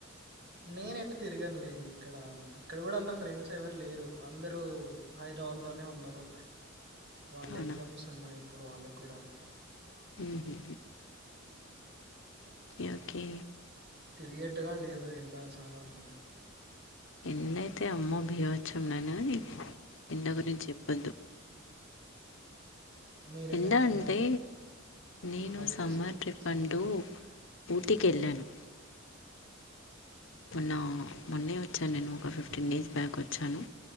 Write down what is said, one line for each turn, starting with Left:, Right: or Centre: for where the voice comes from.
Right: నేను ఎటు తిరగనులేండి ఇక్కడ ఇక్కడ కూడా అంత ఫ్రెండ్స్ ఎవరు లేరు అందరు హైదరాబాద్ లోనే ఉన్నారు వాళ్ళ
Left: అవునా
Right: ఎగ్జామ్స్ ఉన్నాయి ఇప్పుడు వాళ్ళకి కూడా
Left: హుహు.
Right: సో
Left: ఓకే ఓకే
Right: తిరిగేట్టుగా లేదు ఎండ చాలా ఉంది
Left: ఎండైతే అమ్మో బిబత్సంగానే ఉంది నిన్న గురించి చెప్పద్దు
Right: మీరేటైనా
Left: ఎండా
Right: వెళ్ళారా
Left: అంటే నేను
Right: హాలిడేస్కి
Left: సమ్మర్ ట్రిప్
Right: సమ్మర్
Left: అంటూ ఊటీ కి వెళ్ళాను మొన్న మొన్నే వచ్చాను నేను ఒక ఫిఫ్టీన్ డేస్ బ్యాక్ వచ్చాను